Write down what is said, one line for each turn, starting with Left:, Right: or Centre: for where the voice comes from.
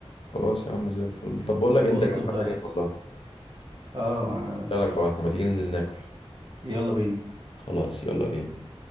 Left: خلاص يا عم زي الفل طب بقول لك إيه،
Right: في
Left: انت
Right: وسط
Left: جوعتني
Right: البلد
Left: والله
Right: اه ما-
Left: فعلا جوعت ما تيجي ننزل ناكل
Right: يلا بينا
Left: خلاص يلا بينا